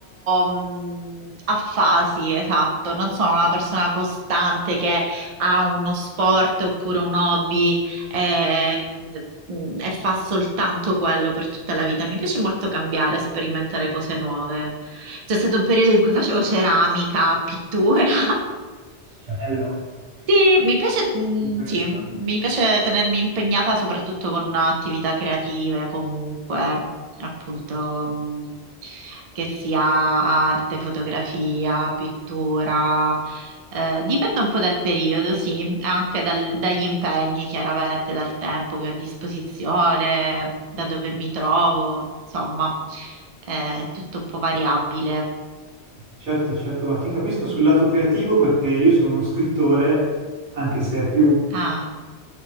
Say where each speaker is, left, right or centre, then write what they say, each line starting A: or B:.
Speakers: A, on the right (about 60°); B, on the right (about 80°).
A: mh, a fasi, esatto, non sono una persona costante che ha uno sport oppure un hobby eh, mh, e fa soltanto quello per tutta la vita. Mi piace molto cambiare, sperimentare cose nuove. C'è stato un periodo in cui facevo ceramica, pittura. <laughs>
B: Bello,
A: Sì, mi piace, mm,
B: interessante.
A: sì, mi piace tenermi impegnata soprattutto con attività creative comunque appunto, mh, che sia arte, fotografia, pittura, eh, dipende un po' dal periodo, sì, anche dal- dagli impegni, chiaramente, dal tempo che ho a disposizione, da dove mi trovo, insomma, è tutto un po' variabile.
B: Certo, certo, ma ti capisco sul lato creativo perché io sono uno scrittore, anche se è più,
A: Ah,